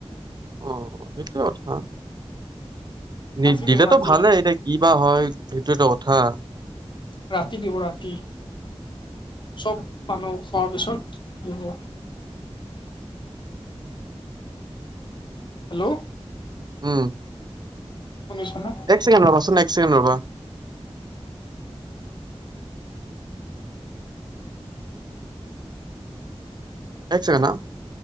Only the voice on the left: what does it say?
ৰাতি
দিব ৰাতি
ৰাতি দিব ৰাতি চব। মানুহ খোৱাৰ পিছত দিব। হেল্ল'।
শুনিছা না